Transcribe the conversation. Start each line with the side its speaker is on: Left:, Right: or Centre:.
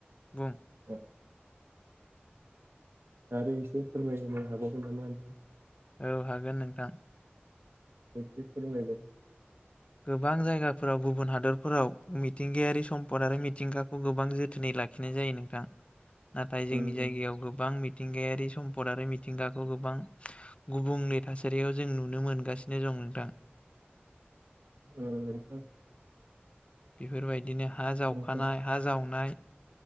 Left: बुं
Right: <inaudible> आरो एसे फोरमायनो हाबावगोन नामा नोंथां?
Left: औ हागोन नोंथां
Right: <unintelligible> फोरमायदो
Left: गोबां जायगाफोराव गुबुन हादरफोराव मिथिंगायारि समपद आरो मिथिंगाखौ गोबां जोथोनै लाखिनाय जायो नोंथां नाथाय जोंनि
Right: उम
Left: जायगायाव
Right: उम
Left: गोबां मिथिंगायारि सम्पद आरो मिथिंगाखौ गोबां गुबुंले थासारियाव जों नुनो मोनगासिनो दं। नोंथां
Right: अ नोंथां
Left: बेफोरबायदिनो हा जावखानाय
Right: माखासे
Left: हा जावनाय